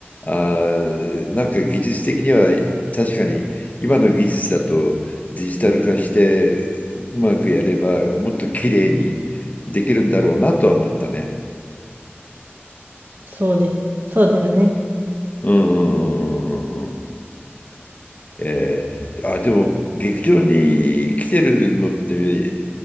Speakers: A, on the left; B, on the right.
A: あー、なんか技術的には確かに今の技術だとデジタル化してうまくやればもっと綺麗にできるんだろうなとは思ったね。
B: そうです。そうだよね。
A: うんうんうんうんうん。えーあ、でも劇場に来てるのって